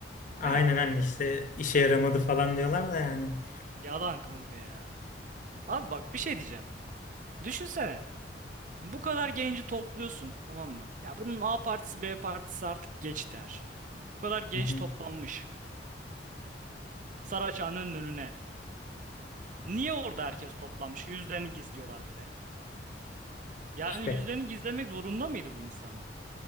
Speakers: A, on the left (about 45°); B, on the right (about 45°).
A: Aynen
B: ya
A: hani işte işe yaramadı falan diyorlar da yani.
B: yalan kanka ya. Abi bak bir şey diyeceğim. Düşünsene. Bu kadar genci topluyorsun tamam mı? Ya bunun A partisi B partisi artık geçti her şey. Bu kadar genç
A: Hı hı.
B: toplanmış. Saraçhane'nin önüne. Niye orada herkes toplanmış? Yüzlerini gizliyorlar bir de. Yani
A: İşte
B: yüzlerini gizlemek zorunda mıydı bu insanlar?